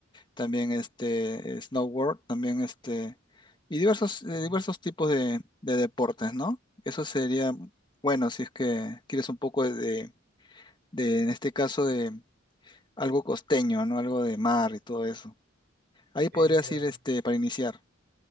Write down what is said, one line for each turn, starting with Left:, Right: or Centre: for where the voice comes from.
Left: también este snowboard, también este, y diversos, eh,
Right: ok.
Left: diversos tipos de, de deportes, ¿no? Eso sería bueno si es que quieres un poco de, de, en este caso, de algo costeño, ¿no? Algo de mar y todo eso. Ahí
Right: Sí,
Left: podrías
Right: mira.
Left: ir este, para iniciar.